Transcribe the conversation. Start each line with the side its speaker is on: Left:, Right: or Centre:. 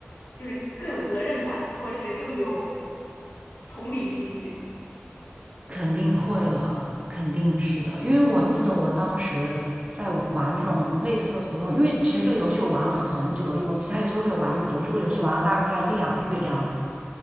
Left: 就是更有责任感，或者是更有同理心这种？
Right: 肯定会的，肯定是的。因为我记得我当时在玩这种类似的活动，因为其实这个游戏我玩了很久，因为我其他游戏都没有玩这么久，我这个游戏玩了大概一两个月这样子。